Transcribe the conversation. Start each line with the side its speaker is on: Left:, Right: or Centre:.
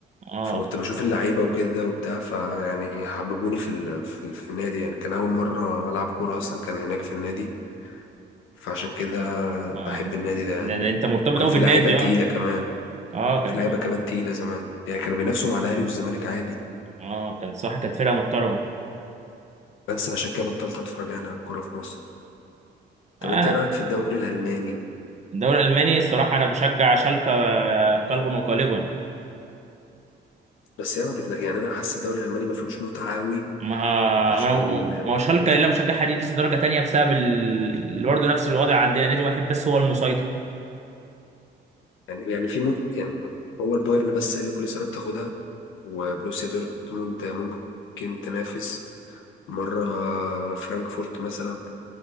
Right: اه
Left: فكنت بشوف اللعيبه وكده وبتاع فيعني حببوني في ال... في, ال... في النادي يعني كان اول مره العب كوره اصلا كان هناك في النادي فعشان كده
Right: اه
Left: بحب النادي ده
Right: ده-
Left: يعني
Right: ده انت مرتبط
Left: وكان
Right: قوي
Left: في
Right: بالنادي
Left: لعيبه تقيله
Right: اه
Left: كمان
Right: اه
Left: كان
Right: كان
Left: في لعيبه
Right: في
Left: كمان تقيله زمان يعني كانوا بينافسوا مع الاهلي والزمالك عادي
Right: اه كان صح كانت فرقه محترمه
Left: بس عشان كده بطلت اتفرج يعني على الكوره في مصر
Right: انا
Left: طب انت ايه رايك في الدوري الالماني
Right: الدوري الالماني الصراحه انا بشجع شالكه آه، قلبا وقالبا
Left: بس هي ما بتنا... يعني انا حاسس الدوري الالماني ما فيهوش متعه قوي
Right: ما
Left: عشان
Right: ما
Left: ال- يعني
Right: ما هو شالكه اللي انا بشجعها دي لسه درجه تانية بسبب ال... برضه نفس الوضع عندنا نادي واحد بس هو المسيطر
Left: يعني يعني في مم يعني هو البايرن بس هي اللي كل سنة بتاخدها وبروسيا دورتموند ممكن تنافس مرة فرانكفورت مثلا